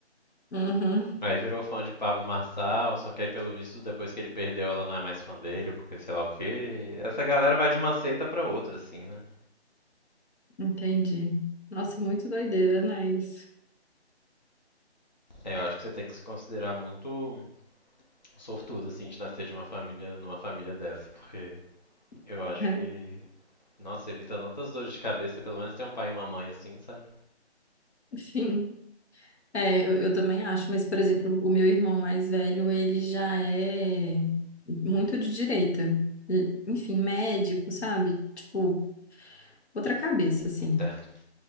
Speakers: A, on the left (about 75°); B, on the left (about 40°).
A: Uhum.
B: Aí virou fã de Pablo Marçal, só que aí pelo visto depois que ele perdeu ela não é mais fã dele, porque sei lá o quê. Essa galera vai de uma seita pra outra, assim, né?
A: Entendi. Nossa, muito doideira, né? Isso.
B: É, eu acho que você tem que se considerar muito sortudo, assim, de nascer de uma família, numa família dessa, porque eu
A: <laughs>
B: acho que, nossa, evita tantas dores de cabeça, pelo menos tem um pai e uma mãe assim, sabe?
A: Sim. É, eu, eu também acho, mas, por exemplo, o meu irmão mais velho, ele já é muito de direita. E- Enfim, médico, sabe? Tipo, outra cabeça, assim.
B: Entendo.